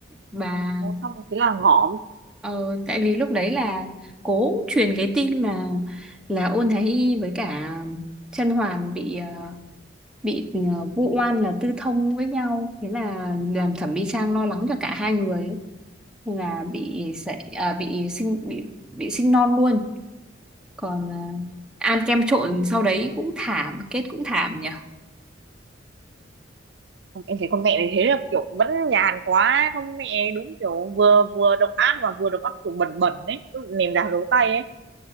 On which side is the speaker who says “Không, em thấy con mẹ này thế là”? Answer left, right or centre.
Right